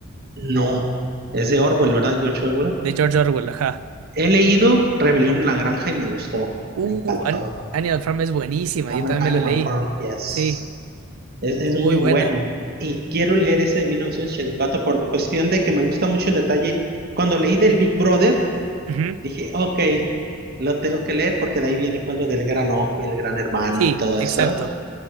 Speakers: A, on the right; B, on the right.
A: No, es de Orwell, ¿verdad? George Orwell.
B: De George Orwell, ajá.
A: He leído Rebelión en la Granja y me gustó.
B: Uh,
A: Me encantó.
B: An- Animal Farm es buenísima.
A: Am-
B: Yo también
A: Animal
B: me la leí.
A: Farm, yes.
B: Sí,
A: Es, es
B: muy
A: muy
B: buena.
A: bueno. Y quiero leer ese de 1984 por cuestión de que me gusta mucho el detalle. Cuando leí del Big Brother,
B: Ujú,
A: dije, ok, lo tengo que leer porque de ahí viene pues lo del gran ojo y el gran hermano
B: Sí,
A: y todo
B: exacto.
A: eso.